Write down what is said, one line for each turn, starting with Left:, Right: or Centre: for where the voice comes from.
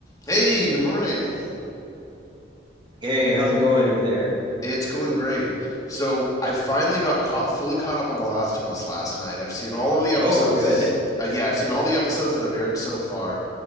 Left: Hey, good morning.
Right: Hey, how's it going over there?
Left: It's going great. So I finally got caught fully caught up on The Last of Us last night. I've seen all of the episodes.
Right: Oh, good.
Left: Uh, yeah, I've seen all the episodes that have aired so far.